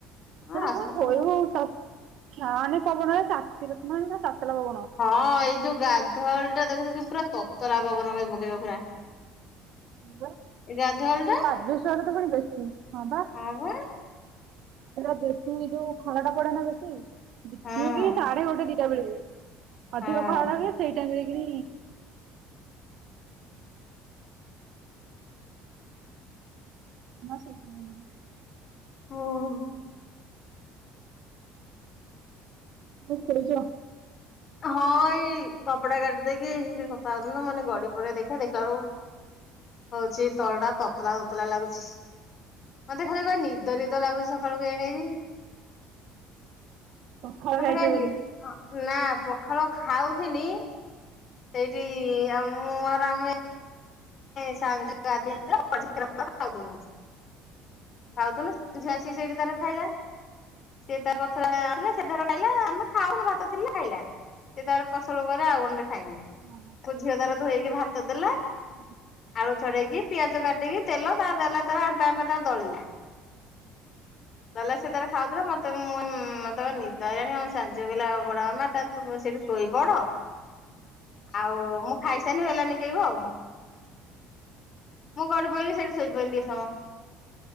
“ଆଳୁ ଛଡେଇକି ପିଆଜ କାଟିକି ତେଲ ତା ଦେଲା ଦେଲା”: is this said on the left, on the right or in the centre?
Left